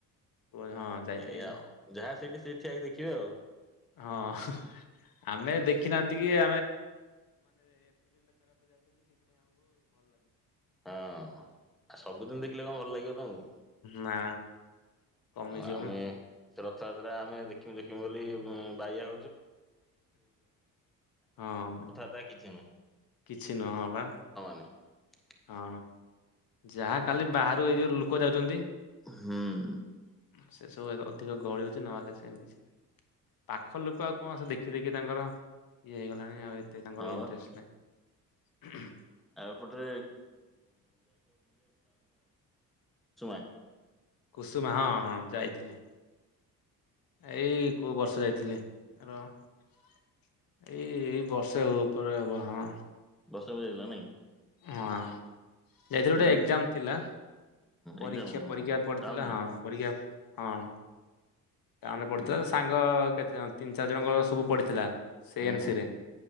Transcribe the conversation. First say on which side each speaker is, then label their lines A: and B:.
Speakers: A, on the left; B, in the centre.
A: କୁହ ହଁ ଯାଇପାରିବେନି
B: ସେଇଆ ଆଉ। ସେଇଠି ଠିଆ ହେଇକି ଦେଖିବେ ଆଉ।
A: ହଁ ଆମେ ଦେଖିନାହାନ୍ତି। କିଏ
B: ହଁ ଆଉ ସବୁଦିନ ଦେଖିଲେ କଣ ଆଉ
A: ନା କମିଯିବ
B: ଆମେ
A: ନା
B: ସେ ରଥଯାତ୍ରା ଆମେ ଦେଖମୁ ଦେଖମୁ ବୋଲି ବାୟଆ
A: ହଁ
B: ହଉଛୁ। <unintelligible>
A: କିଛି ନହବା।
B: ଆ।
A: ହଁ। ଯାହା କାଲି ବାହାରୁ ଏଇ ଯୋଉ କ ଯାଉଛନ୍ତି।
B: ହୁଁ।
A: ସେ ସବୁ ଅଧିକ ଗହଳି ହଉଛି ପାଖ ଲୋକ ଆଉ ଦେଖି ଦେଖି ତାଙ୍କର ଇଏ ହେଇଗଲାଣି ଆଉ ଏ ଏଠି ତାଙ୍କର
B: ହଁ
A: ଇଣ୍ଟ୍ରେଷ୍ଟ
B: ବା
A: ନାହିଁ। <unintelligible>
B: ଆଉ ଏପଟେ ରେ <unintelligible>
A: କୁସୁମା ହଁ ହଁ ଯାଇଥିଲି। ଏଇ କୋଉ ବର୍ଷ ଯାଇଥିଲି ଏଇ ଏଇ ବର୍ଷେ ହବ ଉପରେ ହବ ହଁ।
B: ବର୍ଷେ ହବ ଯାଇଥିଲ
A: <unintelligible> ଯାଇଥିଲୁ ଗୋଟେ ଏକ୍ଜାମ
B: ହୁଁ
A: ଥିଲା। ପରୀକ୍ଷା
B: ଏକ୍ଜାମ ହଁ
A: ହଁ।
B: ଟାଉନରେ
A: ଟାଉନ୍ ରେ ପଡିଥିଲା
B: ହୁଁ
A: ସାଙ୍ଗ କେତେ ତିନି ଚାରି ଜଣଙ୍କର ସବୁ ପଡ଼ିଥିଲା। ସେନ୍
B: ହୁଁ ହୁଁ
A: ସିରେ।